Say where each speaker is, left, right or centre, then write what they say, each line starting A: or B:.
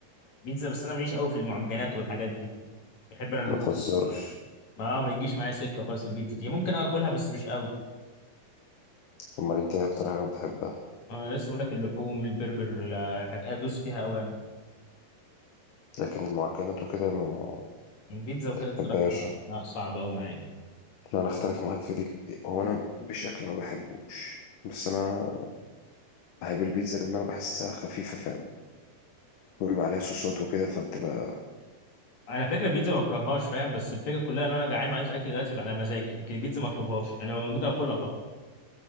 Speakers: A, on the left; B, on the left.
A: بيتزا بس انا ماليش قوي في المعجنات والحاجات دي بحب انا اللحوم
B: ما تهزرش
A: ما ما يجيش معايا سكه خالص البيتزا دي ممكن اكلها بس مش قوي
B: امال انت ايه اكتر حاجة بتحبها
A: انا لسه بقول لك اللحوم البرجر لا، حاجه ادوس فيها قوي انا
B: لكن المعجنات وكده ما
A: البيتزا وكده
B: بحبهاش
A: الصراحه آه، صعبه قوي معايا
B: لا انا اختلف معاك في دي هو انا مفيش اكل ما بحبوش بس انا بحب البيتزا لان انا بحسها خفيفة فاهم وبيبقى عليها صوصات وكده فبتبقى
A: انا فكره البيتزا ما بكرههاش فاهم بس الفكره كلها ان انا جعان وعايز اكل دلوقتي على مزاجي لكن البيتزا ما اطلبهاش يعني لو موجوده اكلها طبعا